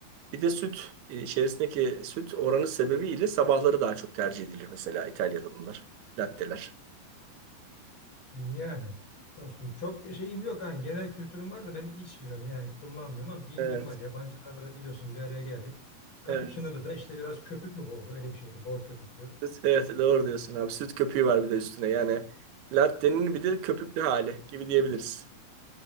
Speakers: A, on the right; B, on the left.
A: Bir de süt e, içerisindeki süt oranı sebebiyle sabahları daha çok tercih edilir mesela İtalya'da bunlar. Latteler.
B: Yani dostum çok şeyim yok hani genel kültürüm var da ben içmiyorum yani kullanmıyorum ama bilgim
A: Evet.
B: var. Yabancılarla da biliyorsun bir araya geldik. Cappuccino'da
A: Evet.
B: da işte biraz köpük mü boldu öyle bir şeydi bol köpüklü.
A: Süt- Evet doğru diyorsun abi. Süt köpüğü var bir de üstüne. Yani latte'nin bir de köpüklü hali gibi diyebiliriz.